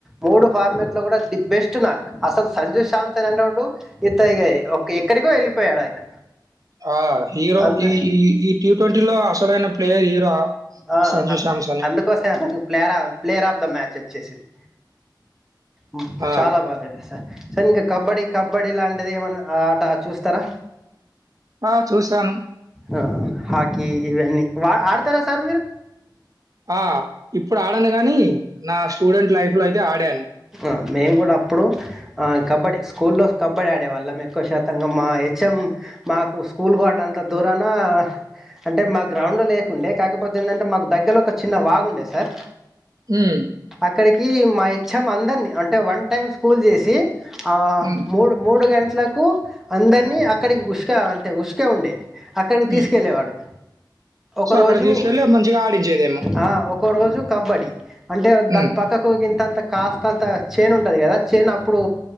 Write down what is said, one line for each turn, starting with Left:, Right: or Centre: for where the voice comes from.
Centre: మూడు ఫార్మట్ లో గుడా ది బెస్ట్ నాక్ అసలు సంజయ్ శాంత్ అనేటోడు ఇత ఇగా ఎక్కడికో వెళ్ళిపోయాడు ఆయన
Right: ఆ హీరో
Centre: అంత
Right: ఈ ఈ ఈ టీ ట్వంటీ లో అసలైన ప్లేయర్ హీరో
Centre: ఆ
Right: సంజు శాంసనే.
Centre: అందుకోసం అ ప్లేయర ప్లేయర్ ఆఫ్ ద మ్యాచ్ వచ్చేసింది ఇ
Right: ఆ!
Centre: చాలా బాగా ఆడే ఇంకా కబడ్డీ కబడ్డీ లాంటిది ఏమైనా ఆట చూస్తరా
Right: ఆ! చూసాను.
Centre: ఆ హాకీ ఇవన్నీ వా ఆ సార్ మీరు
Right: ఆ ఇప్పుడు ఆడను గాని నా స్టూడెంట్ లైఫ్ లో అయితే ఆడాను
Centre: ఆ మేము గుడా అప్పుడు కబడ్డీ స్కూల్లో కబడ్డీ ఆడేవాళ్ళం ఎక్కువ శాతంగా మా హెచ్ఎమ్ మాకు స్కూల్గాడంత దూరాన అంటే మా గ్రౌండ్ లేకుండే కాకపోతే ఏంటంటే మాకు దగ్గర ఒక చిన్న వాగుండే సార్
Right: హుమ్
Centre: అక్కడికి మ అందరిని అంటే వన్ టైమ్ స్కూల్ చేసి ఆ
Right: హ్మ్.
Centre: మూడు మూడు గంట ఇంట్లకు అందరినీ అక్కడికి ఉస్క అంటే ఉస్క ఉండే అక్కడికి
Right: హ్మ్.
Centre: తీసుకెళ్ళేవాడు ఒకరోజు
Right: సో అక్కడ తీసుకెళ్ళి మంచిగా ఆడించేదేమో.
Centre: ఆ, ఒక రోజు కబడ్డీ అంటే
Right: హ్మ్.
Centre: దాని పక్కకుగితంత కాస్త అంత చేన్ ఉంటది కదా. చేను అప్పుడు